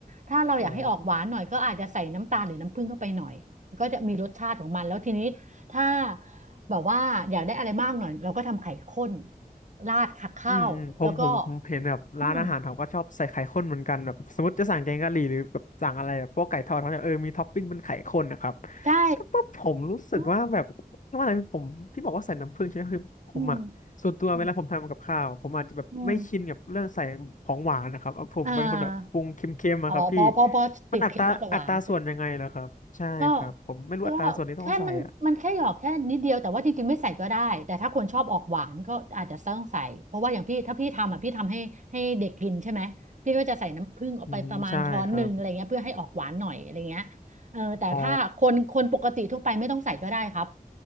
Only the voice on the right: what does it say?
ถ้าเราอยากให้ออกหวานหน่อยก็อาจจะใส่น้ำตาลหรือน้ำผึ้งเข้าไปหน่อยก็จะมีรสชาติของมันแล้วทีนี้ถ้า
แบบว่าอยากได้อะไรมากหน่อยเราก็ทำไข่ข้นราดขักข้าวแล้วก็
อืมใช่
อืมอืมอืมอืมอ่าอ๋อเพอพอพอติดเค็มมากกว่าหวานใช่ไหม
ก็ก็แค่มันมันแค่หยอกแค่นิดเดียว แต่ว่าจริงๆไม่ใส่ก็ได้ แต่ถ้าคนชอบออกหวานก็อาจจะต้องใส่เพราะว่าอย่างพี่ถ้าพี่ทำอ่ะพี่ทำให้ให้เด็กกินใช่ไหมพี่ก็จะใส่น้ำผึ้งออกไปประมาณช้อนหนึ่งอะไรเงี้ยเพื่อให้ออกหวานหน่อยอะไรเงี้ยเออแต่ถ้าคนคนปกติทั่วไปไม่ต้องใส่ก็ได้ครับ